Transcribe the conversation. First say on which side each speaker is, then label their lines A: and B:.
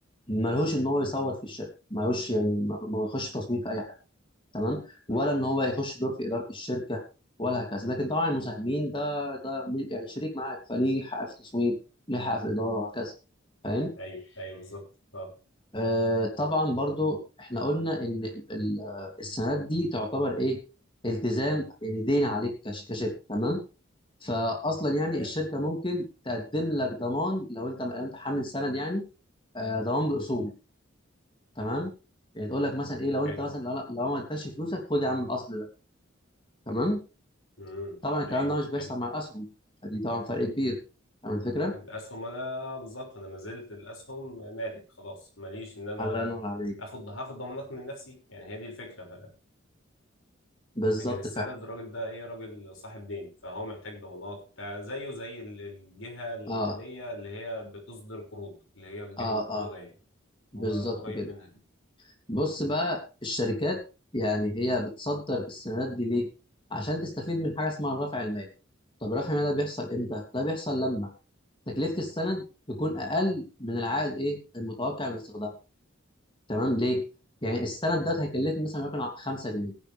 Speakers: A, on the left (about 25°); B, on the left (about 70°).
A: ملهوش إن هو يصوت في الشركة ملهوش يعني ما ما يخش تصويت في أي حاجة تمام
B: مم.
A: ولا إن هو يخش دور في إدارة الشركة ولا هكذا لكن طبعا المساهمين ده ده مي- يعني شريك معاك فليه حق في التصويت ليه حق في الإدارة وهكذا فاهم
B: ايوه ايوه بالظبط اه
A: آه طبعا برضو إحنا قلنا إن ال- آه، السندات دي تعتبر إيه التزام يعني دين عليك كش- كشركة تمام فاصلا يعني
B: تمام
A: الشركه ممكن تقدم لك ضمان لو انت لو انت حامل سند يعني آه، ضمان باصول تمام يعني تقول لك مثلا ايه لو
B: حلو
A: انت مثلا لو, لو ما ادكش فلوسك خد يا عم الاصل ده تمام
B: مم.
A: طبعا الكلام
B: ايوه
A: ده مش بيحصل
B: حلو
A: مع الاسهم فدي طبعا فرق كبير فاهم الفكره
B: الاسهم انا بالظبط انا ما زلت الاسهم مالك خلاص ماليش ان انا
A: الله ينور عليك
B: اخد هاخد ضمانات من نفسي يعني هي دي الفكره
A: بالظبط
B: لكن السند
A: فعلا
B: الراجل ده ايه راجل صاحب دين فهو محتاج ضمانات وبتاع زيه زي ال- الجهة المالية
A: اه
B: اللي هي بتصدر قروض اللي هي الجهة
A: اه
B: المقرضة
A: اه
B: يعني
A: بالظبط
B: هو قريب
A: كده
B: منها كده
A: بص
B: مم.
A: بقى الشركات يعني هي بتصدر السندات دي ليه عشان تستفيد من حاجه اسمها الرفع المالي طب الرفع المالي ده بيحصل امتى ده بيحصل لما تكلفة السند تكون أقل من العائد إيه المتوقع من استخدامه تمام ليه؟ يعني
B: مم.
A: السند دوت هيكلفني مثلا وليكن 5 جنيه